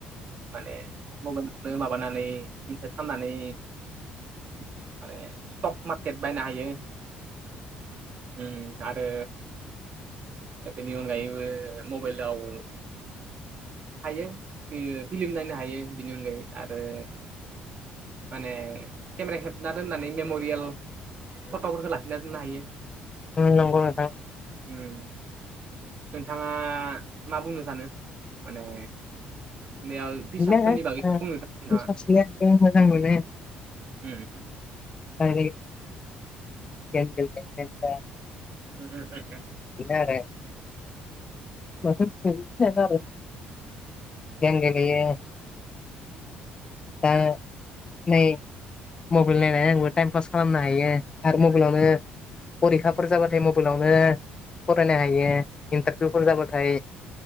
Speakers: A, on the right; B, on the left.
A: माने मबाइलावनो माबानानै इनभेस्त खालामनानै माने स्टक मार्केट बायनो हायो उम आरो बिनि अनगायैबो मबेलाव हायो फिलिम नायनो हायो बिनि अनगायै आरो माने केमेरा खेबना दोननानै मेम'रियेल फथ'फोरखौ लाखिना दोननो हायो
B: उम नंगौ नोंथां
A: उम नोंथाङा मा बुंनो सानो माने बेयाव रिसार्सफोरनि
B: बिदिनो
A: बागैखौ
B: ओ
A: बुंदोंना नोंथांङा
B: <unintelligible> मोजां मोनो
A: उम
B: दाइरेक्त जा
A: <inaudible>
B: बिनो आरो बोथोर आरो गेम गेलेयो दा नै मबाइल नायनानै आंबो टाइम पास खालामनो हायो आरो मबाइलावनो फरिखाफोर जाबाथाय मबाइलावनो फरायनो हायो इन्टारभिउफोर जाबाथाय थाय